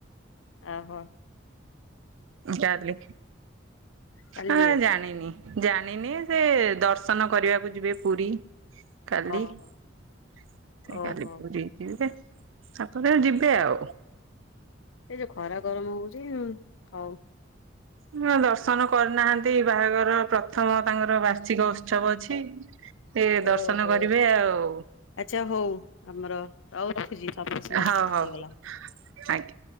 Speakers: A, on the left (about 85°); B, on the right (about 85°).
A: ଆହୋ।
B: ଯା ପିଲେ
A: କାଲି
B: ହ
A: ଯିବେ
B: ଜାଣିନି ଜାଣିନି ସେ ଦର୍ଶ ଦର୍ଶନ କରିବାକୁ ଯିବେ ପୁରୀ କାଲି
A: ଓହୋ
B: ସେ
A: ଓହୋ
B: କାଲି ପୁରୀ ଯିବେ। ତାପରେ ଯିବେ
A: ଓହୋ
B: ଆଉ
A: ଏ ଯୋଉ ଖରା ଗରମ ହଉଛି ହଉ।
B: ହ ଦର୍ଶନ କରିନାହାନ୍ତି ବାହାଘର ପ୍ର ପ୍ରଥମ ତାଙ୍କର ବାର୍ଷିକ ଉତ୍ସବ ଅଛି ସେ ଦର୍ଶନ
A: ଓହୋ।
B: କରିବେ ଆଉ।
A: ଆଚ୍ଛା ହଉ ଆମର ଆଉ ରଖୁଛି। <unintelligible>
B: ହଉ ହଉ
A: ହେଇଗଲା।
B: ଆଜ୍ଞା।